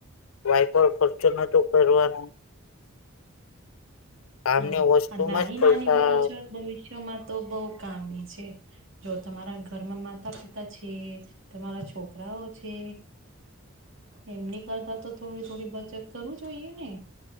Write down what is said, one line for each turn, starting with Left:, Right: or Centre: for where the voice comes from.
Left: વાયપર ખર્ચો નતો કરવાનો. કામની
Right: હા
Left: વસ્તુમાં
Right: આ નાની-નાની
Left: જ પૈસા
Right: બહ છો ભવિષ્યમાં તો બહુ કામની છે. જો તમારા ઘરમાં માતા-પિતા છે. તમારા છોકરાઓ છે. એમની કરતા તો થોડી-થોડી બચત કરવું જોઈએ ને.